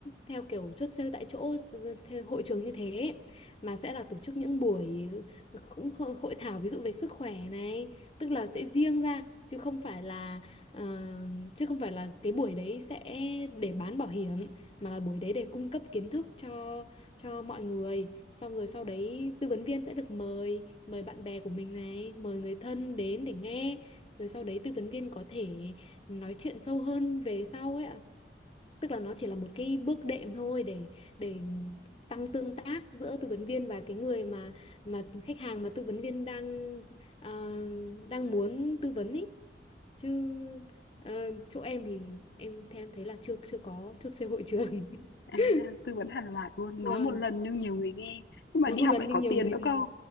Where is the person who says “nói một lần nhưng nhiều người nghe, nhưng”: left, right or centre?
Left